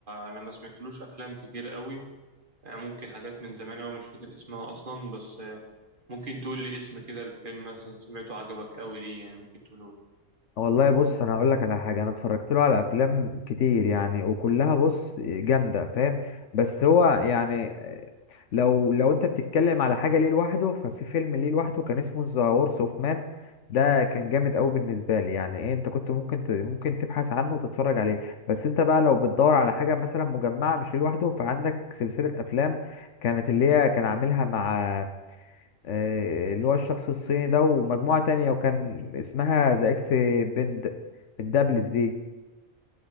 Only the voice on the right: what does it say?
انا ما سمعتلوش افلام كتير قوي يعني ممكن حاجات من زمان أوي مش فاكر اسمها اصلا بس آه، ممكن تقول لي اسم كده الفيلم مثلا سمعته عجبك قوي ليه يعني ممكن تقوله